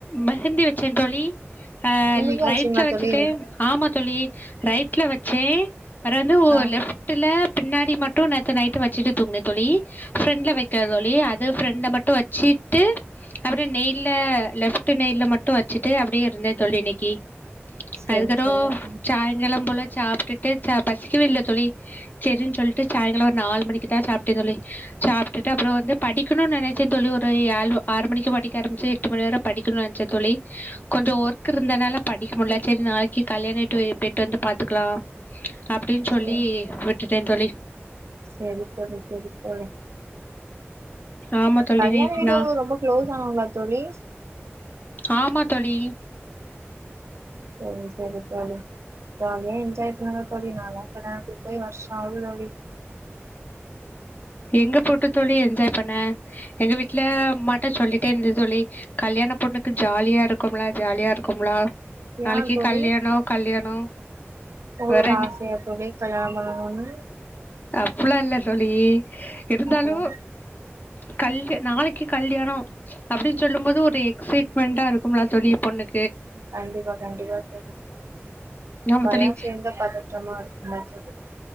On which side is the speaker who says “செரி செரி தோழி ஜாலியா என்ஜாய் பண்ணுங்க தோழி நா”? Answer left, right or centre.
Right